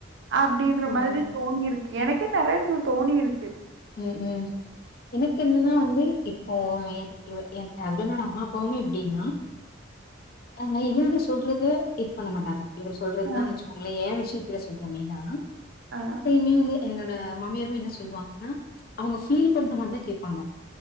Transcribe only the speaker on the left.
ம்.
ம் ம் எனக்கென்னனா வந்து இப்போ எனுக் இவெ என்ட்ட ஹஸ்பண்டோட அம்மா அப்பாவுமே இப்டினா அ இவங்க சொல்றது இது பண்ண மாட்டாங்க இவரு சொல்றதானு
வச்சுக்கோங்களே ஏ விஷயத்துல சொல்றே மெய்னா
அத்தையுமே வந்து என்னோட மாமியருமே என்ன சொல்வாங்கனா அவுங்க ஃபீல் பண்ற மாரிதா கேப்பாங்க